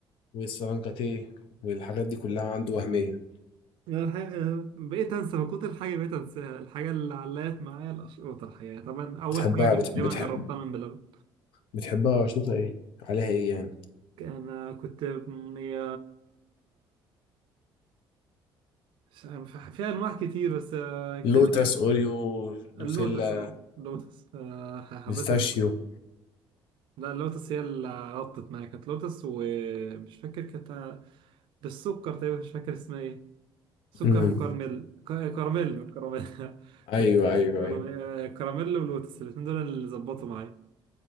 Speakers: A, on the left; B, on the right.
A: والسلانكاتيه والحاجات دي كلها عنده وهميه
B: يعني الحقيقة آه، بقيت انسى من كتر الحاجة بقيت انساها الحاجة اللي علقت معايا الاشربوطة الحقيقة طبعا اول
A: بتحبها
B: حاجة جربت-
A: بت...
B: تقريبا
A: بتحب...
B: جربتها من بلبن
A: بتحبها شطه ايه عليها ايه يعني
B: انا كنت هي مش- ف- في انواع كتير بس آه، تقريبا
A: لوتس
B: كانت
A: اوريو دوسيلا
B: اللوتس اللوتس آه، حبيت
A: بيستاشيو
B: ال... لا اللوتس هي اللي غطت معايا كانت لوتس ومش فاكر كانت بالسكر تقريبا مش فاكر اسمها ايه سكر
A: امم
B: مم. مكرمل ك- كراميل كراميل <laughs> كنت
A: ايوه ايوه
B: كراميل
A: ايوه
B: آه، كراميل ولوتس الاتنين دول اللي ظبطوا معايا